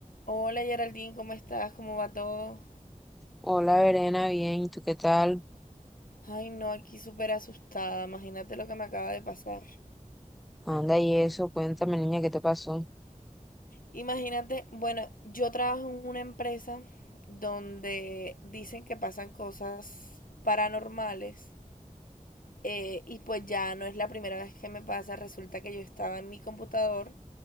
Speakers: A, on the left; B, in the centre.
A: Hola Geraldine, ¿cómo estás? ¿Cómo va todo?
B: Hola, Verena, bien, ¿y tú qué tal?
A: Ay, no, aquí súper asustada. Imagínate lo que me acaba de pasar.
B: Anda, y eso, cuéntame, niña, ¿qué te pasó?
A: Imagínate, bueno, yo trabajo en una empresa donde dicen que pasan cosas paranormales eh, y pues ya no es la primera vez que me pasa. Resulta que yo estaba en mi computador.